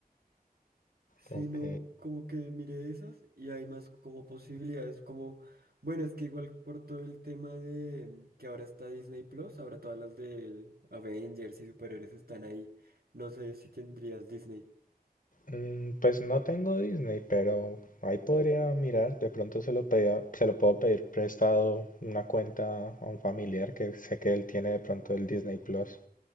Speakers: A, on the right (about 75°); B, on the left (about 60°).
A: sino
B: Ok.
A: como que miré esas y hay más como posibilidades, como, bueno, es que igual por todo el tema de mm, que ahora está Disney Plus, ahora todas las de Avengers y superiores están ahí, no sé si tendrías Disney.
B: Mm, pues no tengo Disney, pero ahí podría mirar. De pronto se lo pedía- se lo puedo pedir prestado una cuenta a un familiar que sé que él tiene de pronto el Disney Plus.